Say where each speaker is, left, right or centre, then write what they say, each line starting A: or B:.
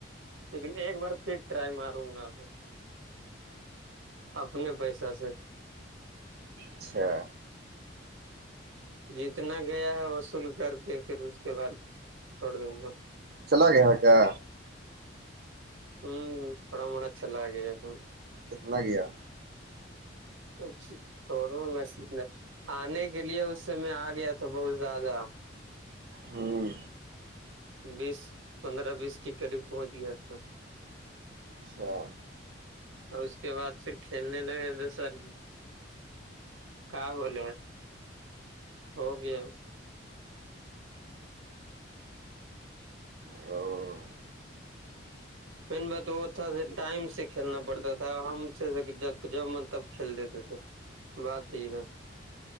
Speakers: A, on the right (about 80°); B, on the right (about 50°).
A: لیکن ایک بار پھر ٹرائی ماروں گا اپنے پیسہ سے
B: اچھا
A: جتنا گیا ہے وصل کر کے پھر اس کے بعد چھوڑ دوں گا
B: چلا گیا ہاں کیا
A: ہوں تھوڑا موڑا چلا گیا ہوں
B: کتنا گیا
A: اچ چڑو نہ س ن آنے کے لیے اس س میں آ گیا تھا بہت زیادہ
B: ہاں
A: بیس پندرہ بیس کے قریب پہنچ گیا تھا
B: اچھا
A: اور اس کے بعد پھر کھیلنے لگے تو سر کا بولے ہو گیا
B: او
A: میں بات وہ تھا ٹائم سے کھیلنا پڑتا تھا ہم جب من ملب تب کھیلتے تھے بات یہ ہے